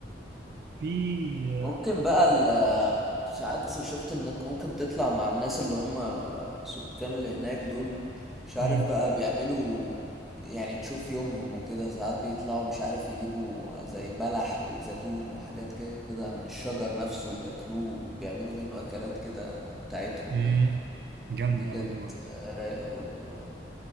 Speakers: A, on the right; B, in the centre.
A: في
B: ممكن بقى ال- ساعات شفت انك ممكن تطلع مع الناس اللي هم السكان اللي هناك دول مش عارف
A: امم
B: بقى بيعملوا يعني تشوف يومهم وكده ساعات بيطلعوا مش عارف يجيبوا زي بلح وزيتون وحاجات كده من الشجر نفسه بياكلوه بيعملوا منه اكلات كده بتاعتهم
A: امم
B: يعني
A: جامدة
B: دي كانت
A: قوي دي برضه
B: آه، رايقة برضو اه